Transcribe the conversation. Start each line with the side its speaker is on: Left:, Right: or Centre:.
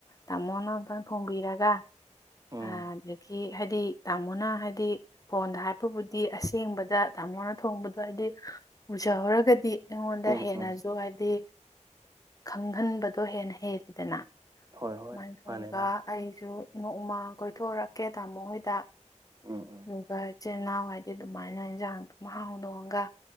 Left: ꯇꯥꯃꯣꯅ ꯑꯃꯨꯛꯇꯪ ꯊꯣꯡꯕꯤꯔꯒ
Right: ꯎꯝ
Left: ꯑꯗꯒꯤ ꯍꯥꯏꯗꯤ ꯇꯥꯃꯣꯅ ꯍꯥꯏꯗꯤ ꯐꯣꯟꯗ ꯍꯥꯏꯔꯞꯄꯕꯨꯗꯤ ꯑꯁꯦꯡꯕꯗ ꯇꯥꯃꯣꯅ ꯊꯣꯡꯕꯗꯣ ꯍꯥꯏꯗꯤ ꯎꯖꯍꯧꯔꯒꯗꯤ ꯑꯩꯉꯣꯟꯗ
Right: ꯎꯝ
Left: ꯗ ꯍꯦꯟꯅꯁꯨ
Right: ꯎꯝ
Left: ꯍꯥꯏꯕꯗꯤ ꯈꯪꯍꯟꯕꯗꯣ ꯍꯦꯟꯅ ꯍꯦꯜꯜꯂꯤ ꯁꯤꯗꯅ ꯑꯗꯨꯃꯥꯏꯅ
Right: ꯍꯣꯏ ꯍꯣꯏ
Left: ꯇꯧꯔꯒ
Right: ꯃꯥꯅꯦ ꯃꯥꯅꯦ
Left: ꯑꯩꯁꯨ ꯅꯣꯡꯃꯥ ꯀꯣꯏꯊꯣꯛꯣꯔꯛꯀꯦ ꯇꯥꯃꯣ ꯍꯣꯏꯗ
Right: ꯎꯝ ꯎꯝ
Left: ꯑꯗꯨꯒ ꯏꯆꯤꯜ ꯏꯅꯥꯎ ꯍꯥꯏꯗꯤ ꯑꯗꯨꯃꯥꯏꯅ ꯏꯟꯁꯥꯡ ꯑꯗꯨꯝ ꯍꯥꯎꯗꯣꯛꯑꯒ